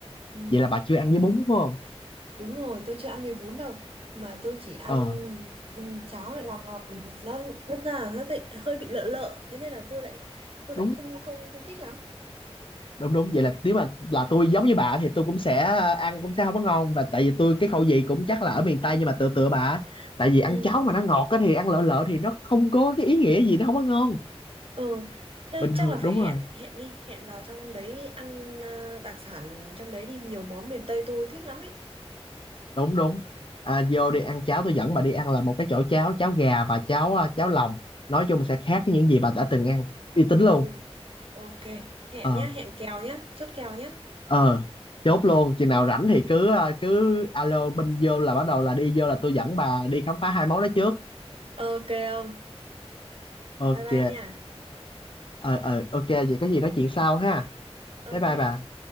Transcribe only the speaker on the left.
vậy là bà chưa ăn với bún phải không
ờ
đúng
đúng đúng vậy là nếu mà là tôi giống như bà thì tôi cũng sẽ ăn cũng sẽ không có ngon và tại vì tôi cái khẩu vị cũng chắc là ở miền Tây nhưng mà tựa tựa bà tại vì ăn
cháo mà nó ngọt á thì ăn lợ lợ thì nó không có cái ý nghĩa gì nó không có ngon
bình thường
đúng
rồi
đúng đúng à, vô đi ăn cháo tôi dẫn bà đi ăn là một cái chỗ cháo cháo gà và cháo à, cháo lòng nói chung sẽ khác với những gì bà đã từng ăn uy tín luôn
ờ
ờ chốt luôn chừng nào rảnh thì cứ à, cứ alo bên vô là bắt đầu là đi vô là tôi dẫn bà đi khám phá hai món đó trước
ok
ờ ờ ok vậy có gì nói chuyện sau ha
bye bye bà